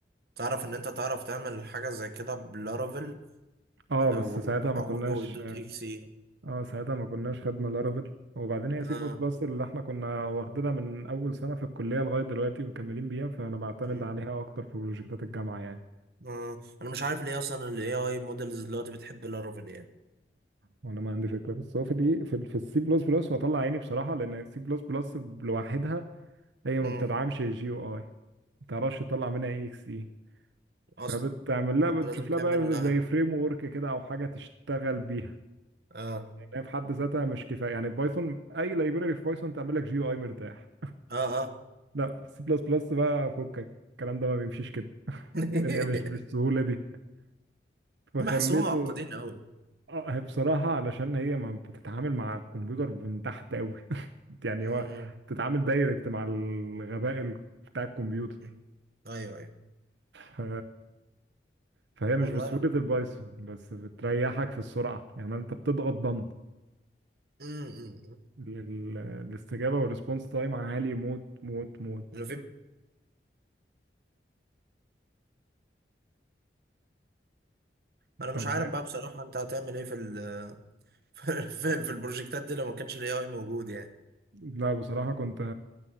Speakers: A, on the right; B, on the right.
A: تعرف ان انت تعرف تعمل حاجه زي كده بلارافيل
B: اه
A: آه،
B: بس
A: وتحوله
B: ساعتها ما كناش
A: دوت اكس اي
B: اه ساعتها ما كناش خدنا لارافيل وبعدين هي
A: اه
B: سي بلس بلس اللي احنا كنا واخدينها من اول سنه في الكليه لغايه دلوقتي ومكملين بيها فانا بعتمد
A: مم.
B: عليها اكتر في بروجكتات الجامعه يعني
A: آه. انا مش عارف ليه اصلا الاي اي موديلز دلوقتي بتحب لارافيل يعني
B: ولا ما عندي فكره بس هو في الايه في, ال- في السي بلس بلس وهطلع عيني بصراحه لان السي بلس بلس لوحدها هي ما
A: مم.
B: بتدعمش الجي او اي ما تعرفش تطلع منها اي اكس اي فبتعمل
A: اصلا
B: لها
A: فانت
B: بتشوف
A: لازم تعمل
B: لها بقى
A: لها
B: زي فريم ورك كده او حاجه تشتغل بيها
A: اه
B: يعني هي في حد ذاتها مش كفايه يعني بايثون اي لايبراري في بايثون تعمل لك جي او اي مرتاح
A: اه اه
B: لا السي بلس بلس بقى فكك الكلام ده ما بيمشيش كده
A: <laughs>
B: الدنيا مش بالسهوله دي فخليته
A: بحسهم معقدين قوي
B: اه هي بصراحة علشان هي ما بتتعامل مع الكمبيوتر من تحت قوي <laughs> يعني
A: مم.
B: هو بتتعامل دايركت مع الغباء ال- بتاع الكمبيوتر
A: مم. ايوه ايوه
B: ف... فهي مش
A: والله
B: بسهولة
A: يا احمد
B: البايثون بس بتريحك في السرعة يعني انت بتضغط ضم
A: مم. مم.
B: ال- الاستجابة والريسبونس تايم عالي موت موت موت
A: اللي في
B: انت
A: انا مش
B: معايا؟
A: عارف بقى بصراحه انت هتعمل ايه في ال <laughs> في في البروجكتات دي لو ما كانش الاي اي موجود يعني
B: لا بصراحة كنت